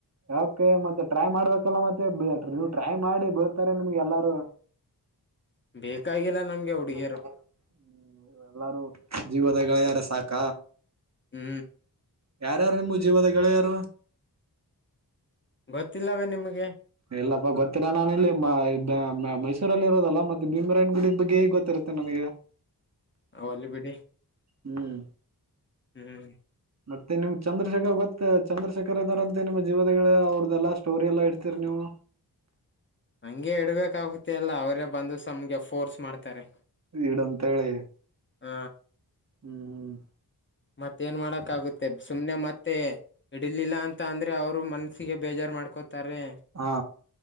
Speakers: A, on the right; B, on the left.
A: ಯಕೆ ಮತ್ತೆ ಟ್ರೈ ಮಾಡ್ಬೇಕ್ ಲ್ಲ ಮತ್ತೆ ಬಟ <unintelligible> ಟ್ರೈ ಮಾಡಿ ಬೀಳ್ತಾರೆ ನಿಮ್ಗೆ ಎಲ್ಲಾರೂ
B: ಬೇಕಾಗಿಲ್ಲ ನಮ್ಗೆ ಹುಡುಗಿಯರು
A: <inaudible> ಎಲ್ಲಾರು ಜೀವದ ಗೆಳೆಯಾರ ಸಾಕ
B: ಹ್ಮ್
A: ಯಾರ್ಯಾರು ನಿಮ್ ಜೀವದ ಗೆಳೆಯರು
B: ಗೊತ್ತಿಲ್ಲವೇ ನಿಮ್ಗೆ
A: ಇಲ್ಲಪ್ಪಾ ಗೊತ್ತಿಲಾ ನಾನ ಇಲ್ಲಿ ಮೈಸೂರ <unintelligible> ಹತ್ತಿರಲ್ಲಿ ಇರೋದಲ್ಲ ಮತ್ತೆ ಭೀಮರಾಯನ ಗುಡಿ ಬಗ್ಗೆ ಹೇಗ್ ಗೊತ್ತಿರುತ್ತೆ ನನಗೆ
B: ಒಲ್ಲಿ ಬಿಡಿ
A: ಹ್ಮ್
B: ಹ್ಮ್
A: ಮತ್ತೆ ನಿಮ್ ಚಂದ್ರಶೇಖರ್ ಗೊತ್ತ ಚಂದ್ರಶೇಖರ್ ಇದ್ದಾರಂತೆ ನಿಮ್ಮ ಜೀವದ ಗೆಳೆಯ ಅವ್ರದ ಎಲ್ಲಾ ಸ್ಟೋರಿ ಎಲ್ಲಾ ಇಡ್ತೀರಿ ನೀವು
B: ಹಂಗೆ ಇಡ್ಬೇಕ ಆಗುತ್ತೆ ಅಲ್ಲ ಅವ್ರ ಬಂದು ಸುಮ್ಗೆ ಫೋರ್ಸ್ ಮಾಡ್ತಾರೆ
A: ಈಡಂತ ಹೇಳಿ
B: ಹ
A: ಹ್ಮ್ ಹ್ಮ್
B: ಮತ್ತೆ ಮತ್ತೆ ಏನ್ ಮಾಡಕಕ್ಕಾಗುತ್ತೆ ಸುಮನೆ ಮತ್ತೆ ಮತ್ತೆ ಇಡಿಲಿಲ್ಲ ಅಂತ ಅಂದ್ರೆ ಅವರು ಮನಸ್ಸಿಗೆ ಬೇಜಾರ್ ಮಾಡ್ಕೋತಾರೇ
A: ಹಾ